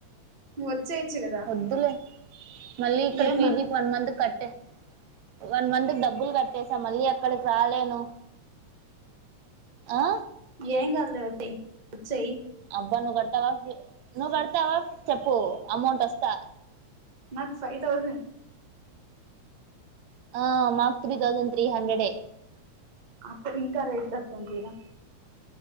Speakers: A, on the right; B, on the right.
A: నువ్ వచ్చేయచ్చు కదా
B: వద్దులే మళ్ళీ ఇక్కడ
A: ఏం
B: పీజీకి
A: మళ్ళ
B: one month cut one month డబ్బులు కట్టేసా మళ్ళీ అక్కడికి రాలేను ఆ
A: ఏం కాదులే వచ్చె వచ్చేయి
B: అబ్బా నువ్వు కడతావా ఫి నువ్వు కడతావా చెప్పు అమౌంట్ వస్తా
A: మక్ ఫైవ్ థౌసండ్
B: ఆ మాక్ త్రీ తౌసండ్ త్రీ హండ్రెడే
A: అక్కడ ఇంకా రేట్ తక్కువుంది కదా